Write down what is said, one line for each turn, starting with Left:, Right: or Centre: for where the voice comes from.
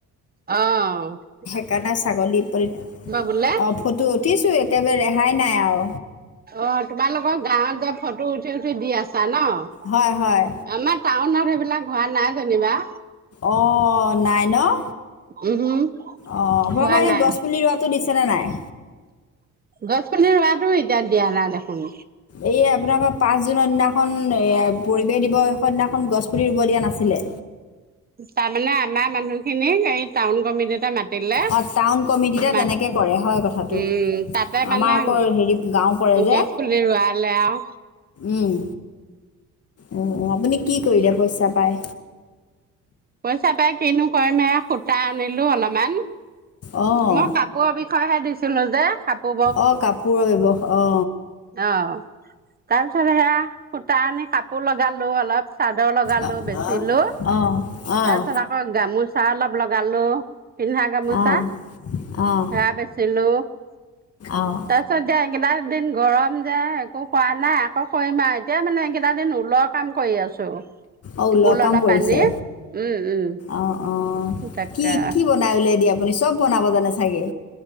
Right: অঁ।
Left: সেইকাৰণে ছাগলী পোৱালিত
Right: বোলে
Left: অঁ ফটো উঠিছোঁ একেবাৰে ৰেহাই নাই আও।
Right: অঁ, তোমালোকৰ গাঁৱত যে ফটো উঠি উঠি দি আছা ন'?
Left: হয় হয়
Right: আমা টাউনত সেইবিলাক হোৱা নাই যেনিবা।
Left: অঁ নাই ন'?
Right: উমহম
Left: অঁ আপোনালোকৰ
Right: হোৱা
Left: হে
Right: নাই
Left: গছ পুলি ৰোৱাটো দিছেনে নাই?
Right: গছ পুলি ৰুৱাটোও এতিয়া দিয়া নাই দেখোন।
Left: এই আপোনালোকৰ পাঁচ জুনৰ দিনাখন, এয়া পৰিৱেশ দিৱসৰ দিনাখন গছপুলি ৰুব দিয়া নাছিলে?
Right: তাৰমানে আমাৰ মানুহখিনিক সেই টাউন কমিটীতে মাত তিলে
Left: অঁ টাউন কমিটিতে তেনেকৈ
Right: মাত,
Left: কৰে হয় কথাটো
Right: উম তাতে
Left: আমাৰ
Right: মানে
Left: আকৌ হেৰি গাঁও পৰে যে
Right: গছ পুলি ৰোৱালে আও।
Left: উম অ' অ' আপুনি কি কৰিলে পইচা পায়?
Right: পইচা পাই কিনো কৰিম এয়া সূতা আনিলো অলমান।
Left: অঁ
Right: মই কাপোৱৰ বিষয়েহে দিছিলো যে। কাপোৰ
Left: অ' কাপোৰৰ ব্যৱস অ'
Right: অঁ তাৰপিছত সেয়া সূতা আনি কাপোৰ লগালো অলপ। চাদৰ লগালো,
Left: অঁ
Right: বেচিলো। তাৰ
Left: অঁ অঁ
Right: পিছত‌ আক আকৌ, গামোচা অলপ লগালো, পিন্ধা গামোচা।
Left: অঁ অঁ অঁ অঁ অঁ
Right: সেয়া বেছিলো তাৰ
Left: অঁ
Right: তাৰ পিছত যাই এইগিলা দিন গৰম যে, একো কৰা নাই আকৌ কৰিম আও এতিয়া মানে একেটা দিন ঊলৰ কাম কৰি আছো।
Left: অঁ ঊলৰ
Right: ঊল
Left: কাম
Right: অলপ
Left: পৰিছে
Right: আনি। উম উম
Left: অঁ অঁ
Right: তাকে
Left: কি কি বনাই ওলিয়াই দিয়ে আপুনি, চব বনাব জানে চাগে?